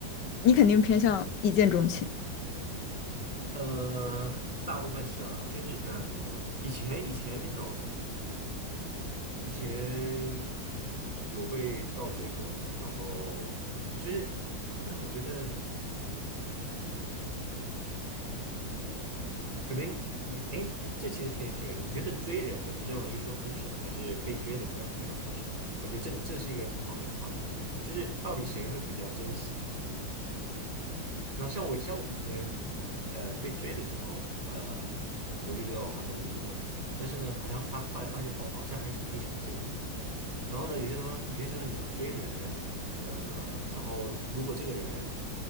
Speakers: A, on the left; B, on the right.
A: 你肯定偏向一见钟情。
B: 呃，大部分是啦，就是嗯、呃怎么说？以前以前那种，以前有被倒追过，然后就是怎么讲？我觉得，嗯，怎么说？可能你哎，诶这其实可以挺有意思。你觉得追人的比较容易说分手，还是被追的比较容易说分手？我觉得这个这是一个很好的一个话题，就是到底谁会比较珍惜？那像我像我以前呃被追的时候，呃，我就觉得我好像无所谓，但是呢，好像发后来发现，我、好像还是挺喜欢这个人。然后呢，有些当中有些时候你追人，呃，然后如果这个人，